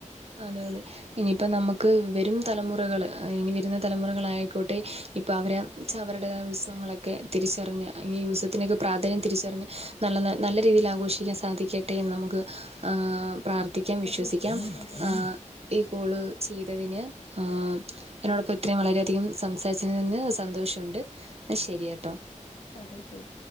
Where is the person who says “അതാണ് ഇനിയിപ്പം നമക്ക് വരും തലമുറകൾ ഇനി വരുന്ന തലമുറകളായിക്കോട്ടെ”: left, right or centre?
Right